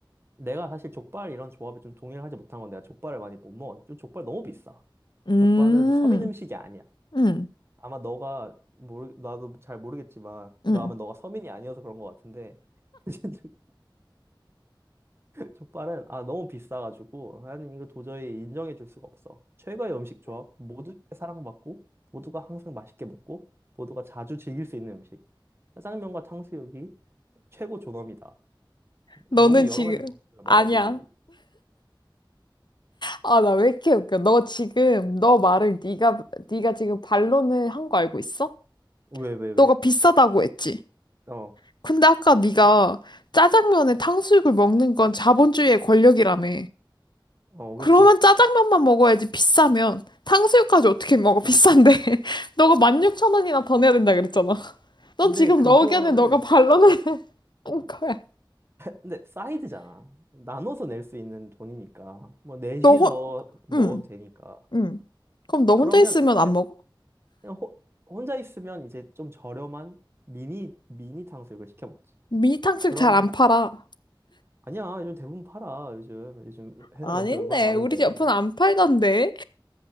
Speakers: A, on the right (about 30°); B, on the left (about 60°).
A: 내가 사실 족발 이런 조합에 좀 동의를 하지 못한 건 내가 족발을 많이 못 먹어. 좀 족발 너무 비싸.
B: 응,
A: 족발은 서민 음식이 아니야.
B: 응.
A: 아마 너가 모르 나도 잘 모르겠지만 너
B: 응.
A: 아마 너가 서민이 아니어서 그런 것 같은데 <laughs> 족발은 아 너무 비싸가지고 나는 이거 도저히 인정해 줄 수가 없어. 최고의 음식 조합, 모두에게 사랑받고 모두가 항상 맛있게 먹고 모두가 자주 즐길 수 있는 음식. 짜장면과 탕수육이 최고 존엄이다.
B: 너는
A: 너무
B: 지금
A: 여러 가지 방법을
B: 아니야.
A: 말해도
B: 아, 나 왜 이렇게 웃겨? 너 지금 너 말을 네가 네가 지금 반론을 한 거 알고 있어?
A: 왜 왜 왜,
B: 너가 비싸다고 했지.
A: 어,
B: 근데 아까 네가 짜장면에 탕수육을 먹는 건 자본주의의 권력이라며.
A: 어,
B: 그러면
A: 그렇
B: 짜장면만 먹어야지 비싸면 탕수육까지 어떻게 먹어 비싼데 <laughs> 너가 16,000원이나 더 내야 된다 그랬잖아 넌
A: 근데
B: 지금
A: 그거를
B: 너 의견에 너가 반론을 <laughs> 하는 거야
A: 근데 사이드잖아. 나눠서 낼 수 있는 돈이니까 뭐 넷이서
B: 너 혼...
A: 먹어도
B: 응,
A: 되니까.
B: 응. 그럼 너
A: 그러면
B: 혼자 있으면 안
A: 해,
B: 먹어?
A: 그냥 호- 혼자 있으면 이제 좀 저렴한 미니 미니 탕수육을 시켜 먹지.
B: 미니 탕수육
A: 그러면
B: 잘 안 팔아
A: 아니야 요즘 대부분 팔아 요즘 요즘 회사
B: 아닌데
A: 근처에 얼마나 많은데
B: 우리 집 옆은 안 팔던데